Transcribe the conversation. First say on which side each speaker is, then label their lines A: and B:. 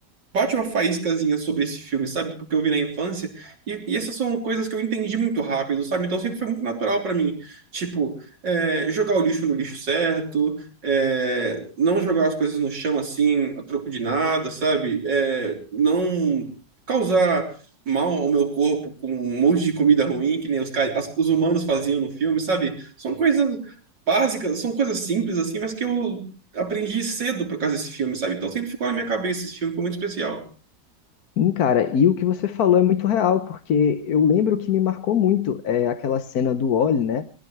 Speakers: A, on the right; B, on the left.
A: bate uma faíscazinha sobre esse filme, sabe? Porque eu vi na infância. E, e essas são coisas que eu entendi muito rápido, sabe? Então sempre foi muito natural para mim. Tipo, é, jogar o lixo no lixo certo, é, não jogar as coisas no chão assim, a troco de nada, sabe? É, não causar mal ao meu corpo com um monte de comida ruim, que nem os, ca- as- os humanos faziam no filme, sabe? São coisas básicas, são coisas simples assim, mas que eu aprendi cedo por causa desse filme, sabe? Então sempre ficou na minha cabeça, esse filme foi muito especial.
B: Sim, cara, e o que você falou é muito real, porque eu lembro que me marcou muito é aquela cena do Wall, né?